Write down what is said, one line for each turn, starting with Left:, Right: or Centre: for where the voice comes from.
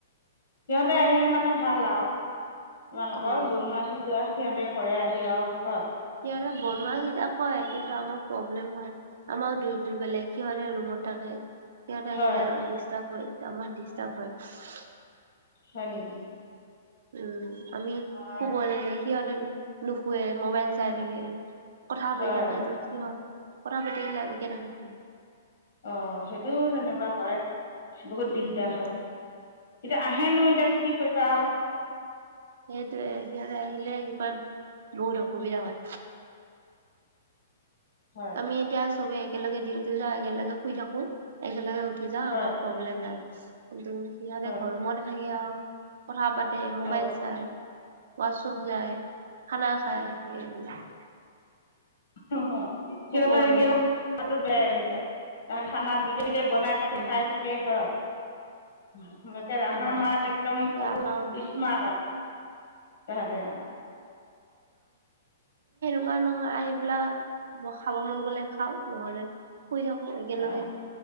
Left: সিহঁতে আহিলে মানে ভাল আৰু তোমালোকৰ
Right: উম
Left: বনোৱা সিজোৱা। সিহঁতে কৰে আহি আৰু হয়।
Right: সিহঁতে বনোৱা সিজোৱা কৰে কিন্তু আমাৰ প্ৰব্লেম হয় আমাৰ দুইটো বেলেগ সিহঁতে ৰুমত থাকে সিহঁত আহিলে
Left: হয়
Right: ডিষ্টাৰ্ব হয় আমাৰ ডিষ্টাৰ্ব হয়।
Left: হয় নেকি।
Right: উম আমি
Left: অঁ
Right: শুব লাগে সিহঁতে নুশুৱে মোবাইল চাই থাকে। কথা
Left: হয়
Right: পাতি থাকেটো কি হয় কথা পাতি থাকিলে আমি কেনেকে।
Left: অ সেইটো যেনিবা হয়। বহুত দিগদাৰ
Right: উম
Left: হয় এতিয়া আহেনো এতিয়া কি কৰিবা আও।
Right: সেইটোৱে সিহঁতে আহিলে সিহত বহুত অসুবিধা হয়।
Left: হয়
Right: আমি এতিয়া সবে একেলগে ডিউটি যাও একেলগে শুই থাকো একেলগে উ। উঠি যা
Left: হয়
Right: আাৰ প্ৰব্লেম যায় কিন্তু সিহঁতে
Left: হয়
Right: ঘৰৰুমতে থাকে আৰু কথা পাতি। মোবাইল
Left: অঁ
Right: চাই ওৱাছপ যায় খানা খাই সেইবিলাক।
Left: উ
Right: শুব
Left: সিহঁতৰ
Right: নোৱাৰি
Left: বেয়
Right: উম
Left: থানাত বিধে বিধে। বনাই থাকে
Right: উম
Left: খাই থাকে হয়। মে আ
Right: অ
Left: মাৰ একদম
Right: এতিয়া
Left: বহুত
Right: আমাৰ
Left: স্মাত তেহেতে আও।
Right: এনেকুৱা নহয় আহি পেলা খাব মন গ'লে খাও নহলে। শুই থাকো একেলগে
Left: হয়